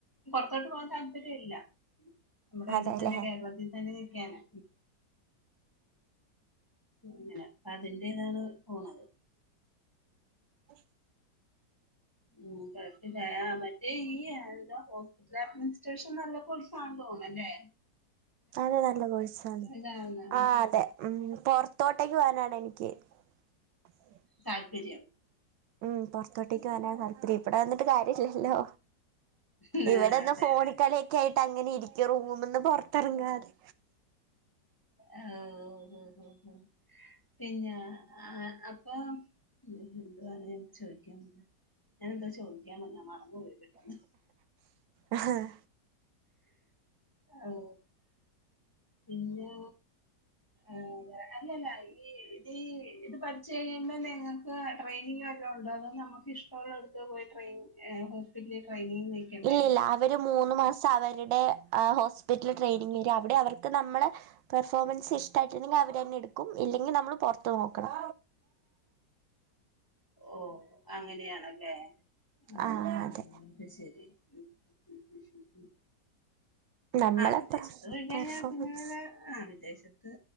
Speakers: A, on the left; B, on the right.
A: പൊറത്തോട്ട് പോകൻ താല്പര്യം ഇല്ല നമ്മടെ ഇവിടെ
B: അതെല്ലേ
A: തന്നെ കേരളത്തിൽ തന്നെ നിക്കാനാ അങ്ങനെ അതിൻ്റേതാണ് പോണത്
B: <inaudible>
A: ഉം മറ്റെ ഈ ആഹ് എന്താ ഹോസ്പിറ്റൽ അഡ്മിനിസ്ട്രേഷൻ നല്ല കോഴ്സാണെന്ന് തോന്നുന്നല്ലേ
B: അതെ നല്ല കോഴസാണ്
A: ഇതാണ്
B: ആഹ് അതെ ഉം പൊറത്തോട്ടേക്ക് പോകാനാണ് എനിക്ക്- <unintelligible>
A: താല്പര്യം
B: ഉം പൊറത്തോട്ടേക്ക് പോവാനാണ് താല്പര്യം ഇവിടെ നിന്നിട്ട് കാര്യമില്ലല്ലോ
A: ആ,
B: ഇവിടെനിന്ന്
A: അതെ
B: ഫോണികളിയൊക്കെ
A: അതെ അതെ
B: ആയിട്ട് അങ്ങനെ ഇരി റൂമന്ന് പൊറത്തിറങ്ങാതെ-
A: ഓഹ് ഓഹ് പിന്നെ ആഹ് അപ്പൊ- എന്തോവാണ് ചോദിക്കാൻ ഞാൻ എന്താ ചോദി- ക്കാൻ വന്നേ മറന്നുപോയി പെട്ടെന്ന്
B: ആഹ് <unintelligible>
A: ഔ പിന്നെ ഏഹ് അല്ലല്ല ഈ ഇത് ഇത് പഠിച്ച് കഴി യുമ്പ നിങ്ങക്ക് ട്രെയിനിങ് വല്ലോം ഉണ്ടോ അതോ നമുക്കിഷ്ടള്ളോട്ത്ത് പോയി ട്രെയിൻ ഏഹ് ഹോസ്പിറ്റലീന്ന് ട്രെയിനിങ്ങിന് നിക്കണ്ടേ
B: ഇല്ലില്ല അവര് മൂന്ന് മാസം അവര്ടെ ആ ഹോസ്പിറ്റൽ ട്രെയിനിങരും അവടെ അവർക്ക് നമ്മളെ പെർഫോമൻസ് ഇഷ്ടായിട്ട്ണ്ടെങ്കി അവരന്നെ എട്ക്കും ഇല്ലെങ്ങി നമ്മള് പൊറത്ത് നോക്കണം.
A: ഓഹ് അങ്ങനെയണല്ലേ ഓഹ്
B: ആ അതെ
A: അത് ശരി ഉം, ഉം, ഉം, ഉം, ഉം.
B: നമ്മളെ
A: ആ വിദേശത്ത് പോയി കഴിഞ്ഞാ
B: പെർഫോമൻസ്
A: പിന്നെ ആ വിദേശത്ത്